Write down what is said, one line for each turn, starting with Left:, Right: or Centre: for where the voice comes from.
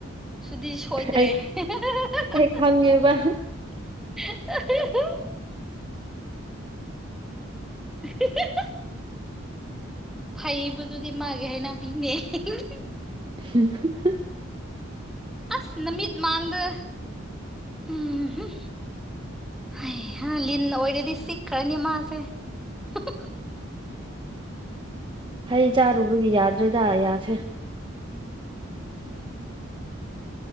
Centre: ꯁꯨꯗꯤ ꯁꯣꯏꯗ꯭ꯔꯦ ꯍꯤ
Right: ꯑꯩ
Centre: ꯍꯤ ꯍꯥ ꯍꯥꯥ
Right: ꯑꯩ ꯈꯪꯉꯦꯕ
Centre: ꯍꯥ ꯍꯥ ꯑ ꯍ ꯍ ꯍ ꯍꯍ ꯍ ꯐꯩꯕꯗꯨꯗꯤ ꯃꯥꯒꯦ ꯍꯥꯏꯅꯕꯤꯅꯦ ꯍꯤ ꯍ ꯍ
Right: ꯎꯍꯨꯝ ꯍ
Centre: ꯑꯁ ꯅꯃꯤꯠ ꯃꯥꯡꯗ ꯍꯨꯝ ꯍꯨꯝ ꯍꯩ ꯍꯥ ꯂꯤꯟꯅ ꯑꯣꯏꯔꯗꯤ ꯆꯤꯛꯈ꯭ꯔꯅꯤ ꯃꯥꯁꯦ ꯍ ꯍ
Right: ꯍꯩ ꯆꯥꯔꯨꯕꯒꯤ ꯌꯥꯗ꯭ꯔꯦꯗ ꯌꯥꯁꯦ